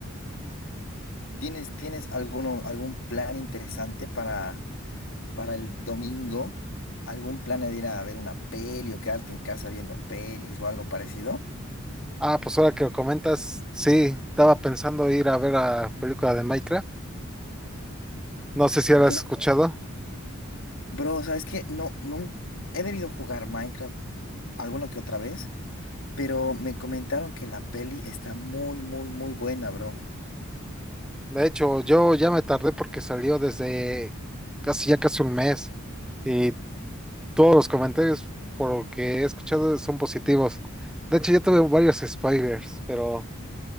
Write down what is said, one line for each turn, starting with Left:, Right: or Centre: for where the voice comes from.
Left: ¿Tienes, tienes alguno, algún plan interesante para, para el domingo? ¿Algún plan de ir a ver una peli o quedarte en casa viendo pelis o algo parecido?
Centre: Ah, pues ahora que lo comentas, sí, estaba pensando ir a ver la película de Minecraft. No sé si
Left: Bro,
Centre: la has escuchado.
Left: bro, ¿sabes qué? No, no, he debido jugar Minecraft alguna que otra vez, pero me comentaron que la peli está muy, muy, muy buena, bro.
Centre: De hecho, yo ya me tardé porque salió desde casi ya casi un mes. Y todos los comentarios, por lo que he escuchado, son positivos. De hecho, yo tuve varios spoilers, pero